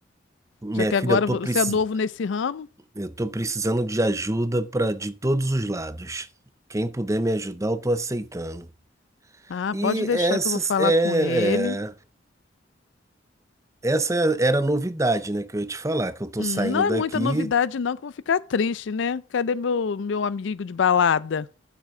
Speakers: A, on the right; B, on the left.
A: Minha
B: Já que
A: filha,
B: agora
A: eu tô
B: você
A: precis...
B: é novo nesse ramo.
A: eu tô precisando de ajuda para de todos os lados. Quem puder me ajudar, eu tô aceitando.
B: Ah,
A: E
B: pode deixar
A: essas
B: que eu vou falar
A: é,
B: com ele.
A: é- essa era a novidade, né, que eu ia te falar, que eu tô
B: Hum,
A: saindo
B: não é
A: daqui.
B: muita novidade, não, que eu vou ficar triste, né? Cadê meu, meu amigo de balada?